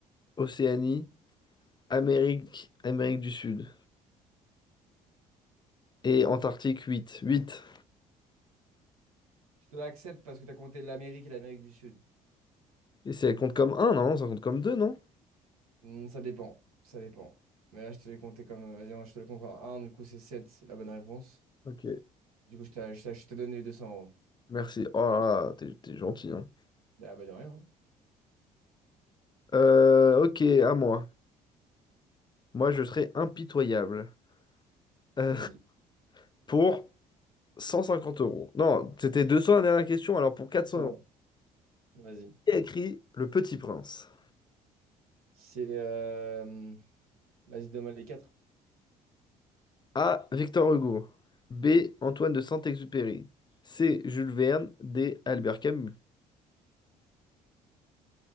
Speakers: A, on the left; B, on the right.
A: Océanie, Amérique, Amérique du Sud. Et Antarctique, 8, 8.
B: Je te l'accepte parce que t'as compté l'Amérique et l'Amérique du Sud.
A: Et ça compte comme un non? Ça compte comme 2 non?
B: Hmm, ça dépend. Ça dépend. Mais là, je te l'ai compté comme. euh, Vas-y, hein, je te le compte en 1. Du coup, c'est 7, la bonne réponse.
A: Ok,
B: Du coup, je te, je te- je te donne les deux cents euros.
A: merci. Oh là là, t'es t'es gentil, hein.
B: Bah, bah, de rien. hein.
A: Euh, ok, à moi. Moi, je serai impitoyable. Euh,
B: Vas-y.
A: <laughs> pour 150 euros. Non, c'était 200 la dernière question, alors pour 400
B: 200
A: euros.
B: euros. Vas-y.
A: Qui a écrit Le Petit Prince?
B: C'est. euh, Vas-y, donne-moi les 4.
A: A. Victor Hugo. B. Antoine de Saint-Exupéry. C. Jules Verne. D. Albert Camus.